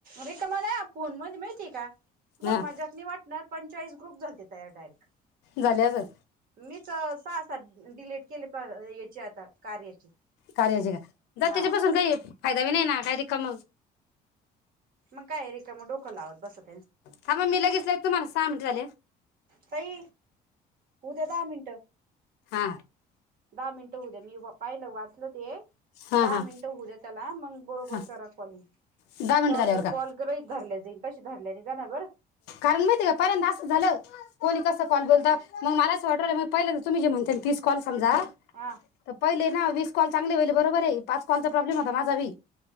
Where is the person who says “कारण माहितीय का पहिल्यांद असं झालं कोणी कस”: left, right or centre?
Left